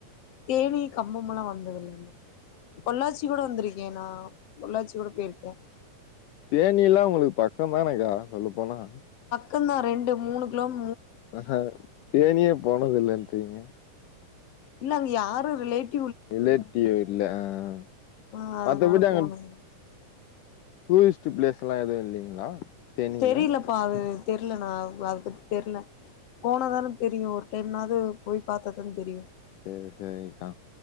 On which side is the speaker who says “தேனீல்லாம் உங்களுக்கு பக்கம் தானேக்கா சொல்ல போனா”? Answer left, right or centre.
Left